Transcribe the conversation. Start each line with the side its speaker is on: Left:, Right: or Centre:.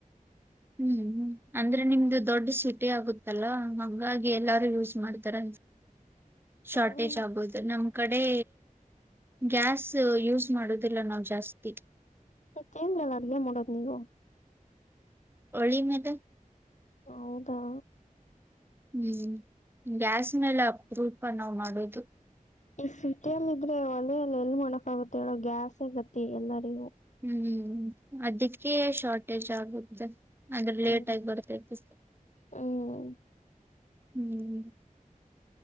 Right: ಹ್ಮ್ ಅಂದ್ರೆ ನಿಮ್ದು ದೊಡ್ಡ ಸೀಟಿ ಆಗುತ್ತಲ್ಲ ಹಂಗಾಗಿ ಎಲ್ಲಾರು ಯೂಸ್ ಮಾಡ್ತಾರ ಶಾರ್ಟೇಜ್
Left: ಹ್ಮ್
Right: ಆಗ್ಬೋುದು ನಮ ಕಡೆ ಗ್ಯಾಸ್ ಯೂಸ್ ಮಾಡುದಿಲ್ಲ ನಾವ್ ಜಾಸ್ತಿ
Left: ಮ ಚೇನ್್ಲಲ್ಲ ಅಗ ಮಾಡಡೋದು್ ನೀವು
Right: ಹೊಳಿ ಮದ
Left: ಹೌದಾ
Right: ಹ್ಮ್ ಗ್ಯಾಸ್ ಮೇಲೆ ಅಪೂಪ ನಾವ್ ಮಾಡೋದು
Left: ಈ ಸುತಿಯಲ್ಲ ಇದ್ರೆ ಒಲೆಯಲ್ಲಿ ಎಲ್ಲಿ ಮೊಣಕ ಆಗುತ್ತೆ ಹೇಳ ಗ್ಯಾಸ್ೇಗತಿ ಎಲ್ಲರಿಗೂ
Right: ಹ್ಮ್ ಅದಕ್ಕೆ ಶಾರ್ಟೇಜ್ ಆಗಿದೆ ಆದದ್ರೆ ಲೇಟ್
Left: ಹ್ಮ್
Right: ಆಗಿ ಬರುತ್ತೆ ಪ
Left: ಹ್ಮ್
Right: ಹ್ಮ್